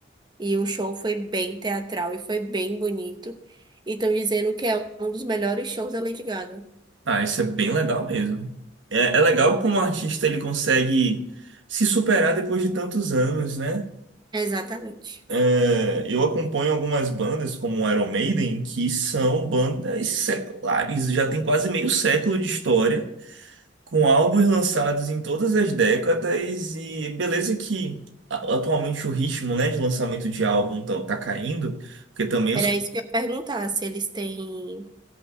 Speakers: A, on the right; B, on the right.
A: E o show foi bem teatral e foi bem bonito. E estão dizendo que é um dos melhores shows da Lady Gaga.
B: Ah, isso é bem legal mesmo. É, é legal como o artista ele consegue se superar depois de tantos anos, né?
A: Exatamente.
B: É, eu acompanho algumas bandas como Iron Maiden, que são bandas seculares, já tem quase meio século de história, com álbuns lançados em todas as décadas, e beleza que a- atualmente o ritmo, né, de lançamento de álbum tá, tá caindo, porque também
A: Era
B: os.
A: isso que eu ia perguntar, se eles têm